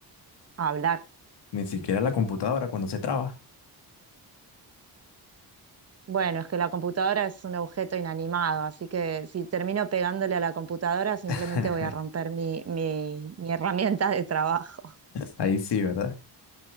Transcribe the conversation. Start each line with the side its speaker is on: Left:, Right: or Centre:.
Right: hablar.
Left: Ni siquiera la computadora cuando se traba.
Right: Bueno, es que la computadora es un objeto inanimado, así que si termino pegándole a la computadora, simplemente
Left: <laughs>
Right: voy a romper mi, mi mi herramienta de trabajo.
Left: Ahí sí, ¿verdad?